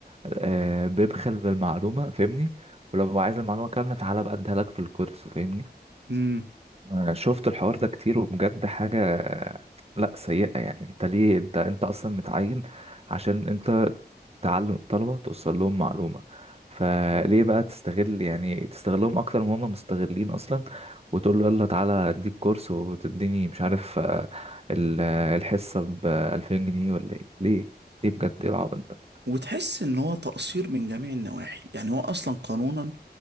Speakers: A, on the right; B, on the right.
A: آه بيبخل بالمعلومة فاهمني ولو عايز المعلومة كاملة تعالى بقى اديها لك في الكورس فاهمني
B: امم
A: آه شفت الحوار ده كتير وبجد حاجة آه، لا سيئة يعني انت ليه انت انت اصلا متعين عشان انت تعلم الطلبة توصل لهم معلومة فليه بقى تستغل يعني تستغلهم أكتر ما هم مستغلين أصلا وتقول له يلا تعالى أديك كورس وتديني مش عارف آه، ال- آه، الحصة بألفين جنيه ولا إيه ليه ليه بجد إيه العبط ده
B: وتحس ان هو تقصير من جميع النواحي يعني هو اصلا قانونا